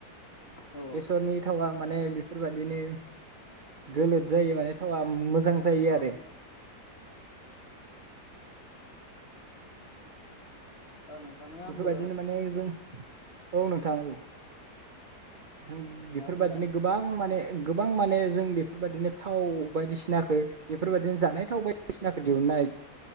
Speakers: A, on the left; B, on the right.
A: औ
B: बेसरनि थावा माने बेफोरबायदिनो गोलोद जायो माने थावा मोजां मोजां जायो
A: औ
B: आरो
A: औ ओ नोंथांनो आंबो
B: बेफोरबायदिनो माने जों औ नोंथां औ नां
A: दे नोंथाङा
B: बेफोरबायदिनो
A: बुंलाय
B: गोबां माने गोबां माने जों बेफोरबायदिनो थाव बायदिसिनाखो बेफोरबायदिनो जानाय थाव बायदिसिनाखो दिहुननो हायो